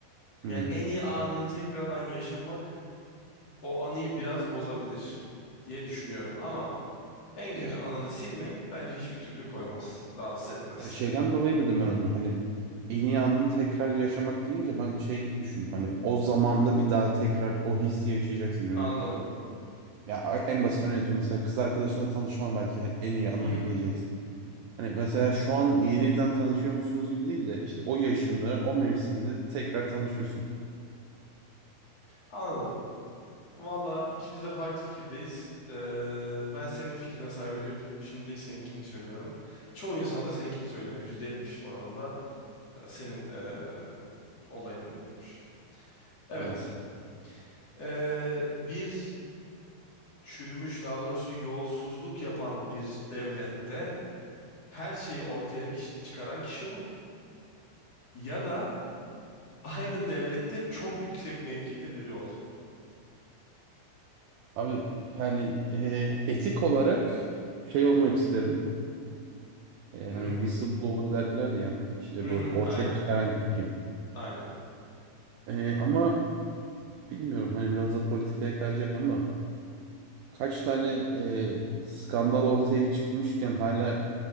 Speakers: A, on the right; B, on the left.
A: Hmm.
B: Yani en iyi anını tekrardan yaşamak o anıyı biraz bozabilir diye düşünüyorum ama en kötü
A: Ya,
B: anını silmek bence hiçbir türlü koymaz, rahatsız etmez.
A: ya şeyden dolayı dedim ben onu. Hani en iyi anını tekrar yaşamak deyince ben şey gibi düşündüm. Hani o zamanda bir daha tekrar o hissi yaşayacaksın gibi.
B: Anladım.
A: Hani, ya en basit örneği mesela kız arkadaşınla tanışmam belki yani en iyi anım
B: Hı hı.
A: diyeceksin. Hani mesela şu an yeniden tanışıyormuşsunuz gibi değil de işte o yaşında, o mevsimde tekrar tanışıyorsun.
B: Anladım. Valla ikimiz de farklı fikirdeyiz. Ee, ben senin fikrine saygı duyup şimdilik seninkini söylüyorum. Çoğu insan da seninkini söylemiş. %70 oranında e, senin e, olayın yapılmış. Evet.
A: Tamam.
B: Ee, bir çürümüş daha doğrusu yolsuzluk yapan bir devlette her şeyi ortaya kişi, çıkaran kişi ol ya da aynı devlette çok yüksek mevkide biri ol.
A: Abi hani e, etik olarak şey olmak isterim. E,
B: Hı
A: hani
B: hı.
A: whistleblower derler ya işte
B: Hı
A: bu
B: hı.
A: ortaya
B: Aynen.
A: çıkaran kim.
B: Aynen.
A: E, ama bilmiyorum hani biraz da politikaya kayacak ama kaç tane e, skandal ortaya çıkmışken hala